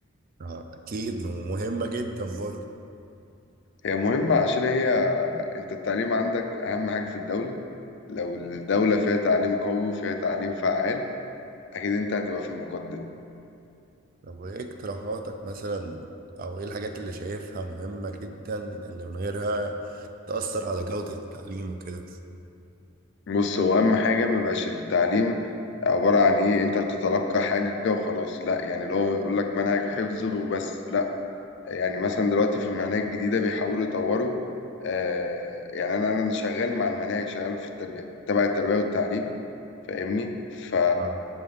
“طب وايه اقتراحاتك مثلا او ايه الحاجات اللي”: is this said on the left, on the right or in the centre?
Right